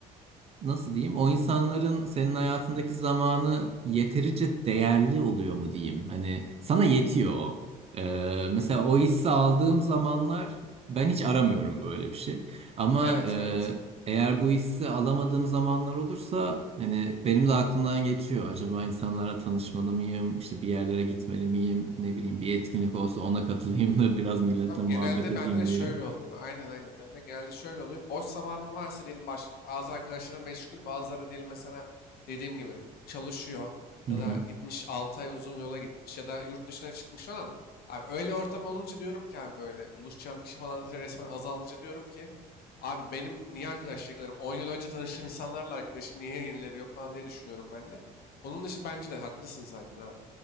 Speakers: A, on the right; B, on the left.
A: e, nasıl diyeyim, o insanların senin hayatındaki zamanı yeterince değerli oluyor mu diyeyim. Hani sana yetiyor o. E, mesela o hissi aldığım zamanlar ben hiç aramıyorum böyle bir şey. Ama
B: Evet
A: e,
B: evet.
A: eğer bu hissi alamadığım zamanlar olursa hani benim de aklımdan geçiyor. Acaba insanlara tanışmalı mıyım, işte bir yerlere gitmeli miyim, ne bileyim bir etkinlik olsa ona katılayım da <laughs> biraz milletle
B: Abi
A: muhabbet
B: genelde
A: edeyim
B: bende de
A: diye.
B: şöyle oluyor. Aynen aynen. Bende genelde şöyle oluyor. Boş zamanım varsa diyelim baş, bazı arkadaşlarım meşgul, bazıları diyelim mesela dediğim gibi çalışıyor
A: Hı
B: ya
A: hı,
B: da gitmiş 6 ay uzun yola gitmiş ya da yurt dışına çıkmış falan. Abi öyle ortam olunca diyorum ki abi böyle buluşacağım kişi falan resmen azalınca diyorum ki abi benim niye arkadaşlıklarım 10 yıl önce tanıştığım insanlarla arkadaşım niye yenileri yok falan diye düşünüyorum ben de. Onun dışı bence de haklısın zaten abi.